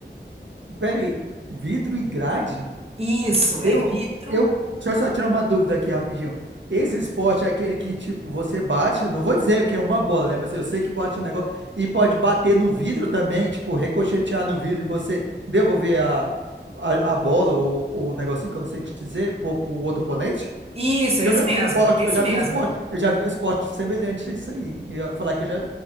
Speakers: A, on the right; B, on the right.
A: Peraí, vidro e grade?
B: Isso,
A: Eu,
B: é vidro.
A: eu, deixa eu só tirar uma dúvida aqui rapidinho. Esse esporte é aquele que, tipo, você bate, não vou dizer que é uma bola, né? Mas eu sei que bate um negócio e pode bater no vidro também, tipo, ricochetear no vidro e você devolver a, a, a bola ou, ou o negocinho que eu não sei te dizer pro, pro outro oponente?
B: Isso,
A: Porque
B: é esse
A: eu já
B: mesmo,
A: vi um esporte,
B: esse
A: eu já
B: mesmo.
A: vi um esporte, eu já vi um esporte semelhante a isso aí. E Eu ia falar que eu já,